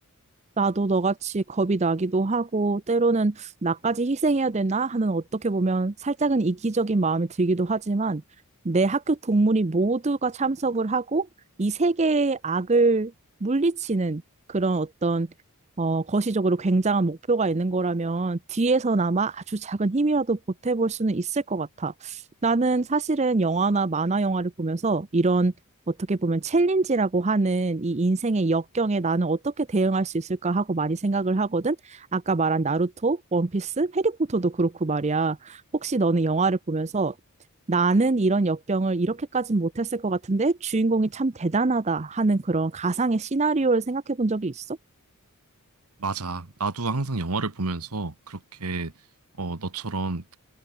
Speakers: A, on the right (about 30°); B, on the right (about 85°).
A: 나도 너같이 겁이 나기도 하고, 때로는 나까지 희생해야 되나 하는 어떻게 보면 살짝은 이기적인 마음이 들기도 하지만, 내 학교 동문이 모두가 참석을 하고, 이 세계의 악을 물리치는 그런 어떤, 어, 거시적으로 굉장한 목표가 있는 거라면, 뒤에서나마 아주 작은 힘이라도 보태볼 수는 있을 것 같아. 나는 사실은 영화나 만화 영화를 보면서 이런 어떻게 보면 챌린지라고 하는 이 인생의 역경에 나는 어떻게 대응할 수 있을까 하고 많이 생각을 하거든. 아까 말한 나루토, 원피스, 해리포터도 그렇고 말이야. 혹시 너는 영화를 보면서 나는 이런 역경을 이렇게까진 못했을 것 같은데 주인공이 참 대단하다 하는 그런 가상의 시나리오를 생각해 본 적이 있어?
B: 맞아. 나도 항상 영화를 보면서 그렇게 어, 너처럼